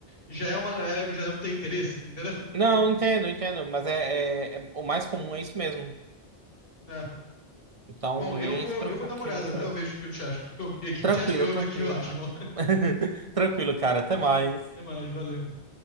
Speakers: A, on the left; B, on the right.
A: já é uma galera que eu já não tenho interesse, entendeu? <laughs>
B: Não, entendo, entendo, mas é, é- é- o mais comum é isso mesmo.
A: É.
B: Então,
A: Bom,
B: nem
A: eu vou,
B: se preocupa,
A: eu vou dar
B: porque
A: uma olhada,
B: é muito comum.
A: aí eu vejo o que eu te acho. O que eu, o que
B: Tranquilo,
A: eu te acho? Eu vou
B: tranquilo,
A: ver o que eu acho,
B: cara.
A: irmão. <laughs>
B: <laughs> Tranquilo, cara. Até mais.
A: Até mais, valeu, irmão.